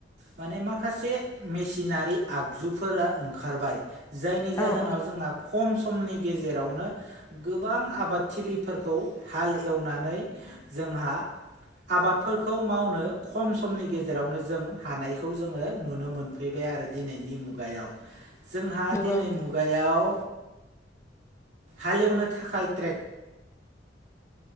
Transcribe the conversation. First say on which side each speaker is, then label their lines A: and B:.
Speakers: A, on the right; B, on the left.
A: माने माखासे मेसिनारि आगजुफोरा ओंखारबाय जायनि जाहोनाव
B: औ औ
A: जोंहा खम समनि गेजेरावनो गोबां आबादथिलिफोरखौ हाल एवनानै जोंहा आबादफोरखौ मावनो खम समनि गेजेरावनो जों हानायखौ जोङो नुनो मोनफैबाय आरो। दिनैनि मुगायाव जोंहा
B: नंगौ
A: दिनै मुगायाव हालेवनो थाखाय ट्रेक